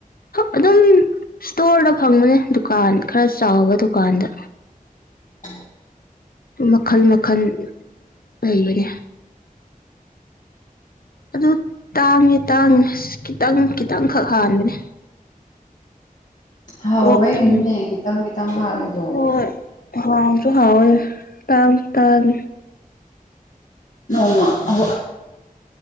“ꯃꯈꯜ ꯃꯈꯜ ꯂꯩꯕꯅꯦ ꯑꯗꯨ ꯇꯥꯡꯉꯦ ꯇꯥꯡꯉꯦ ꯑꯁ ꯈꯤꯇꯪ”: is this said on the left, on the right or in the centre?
Left